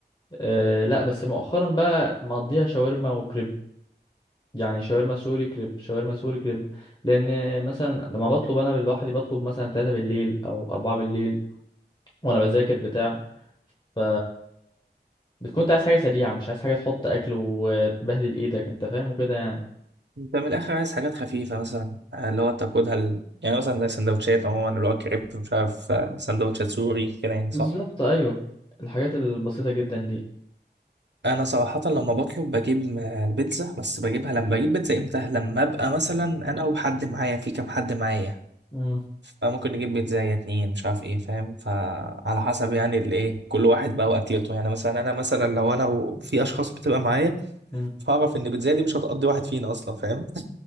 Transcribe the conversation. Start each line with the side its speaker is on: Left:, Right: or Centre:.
Left: أه لأ بس مؤخرا بقى مقضيها شاورما وكريب يعني شاورما سوري كريب شاورما سوري كريب لأن مثلا لما بطلب أنا لوحدي بطلب مثلا تلاتة بالليل أو أربعة بالليل وأنا بذاكر بتاع ف بتكون انت عايز حاجة سريعة مش عايز حاجة تحط أكل وتبهدل إيدك أنت فاهم وكده يعني
Right: انت من الاخر عايز حاجات خفيفه مثلا آه، اللي هو تاكلها ال... يعني مثلا زي سندوتشات عموما اللي هو كريب مش عارف آه، سندوتشات سوري كده يعني
Left: بالظبط
Right: صح
Left: ايوه الحاجات البسيطة جدا دي
Right: انا صراحه لما بطلب بجيب م- البيتزا بس بجيبها لما بجيب بيتزا امتى لما ابقى مثلا انا وحد معايا في كام حد معايا
Left: مم.
Right: فممكن نجيب بيتزا يا اتنين مش عارف ايه فاهم فعلى حسب يعني الايه كل واحد بقى واكلته يعني مثلا انا مثلا لو انا وفي اشخاص بتبقى معايا
Left: مم.
Right: فاعرف ان البيتزا دي مش هتقضي واحد فينا اصلا فاهم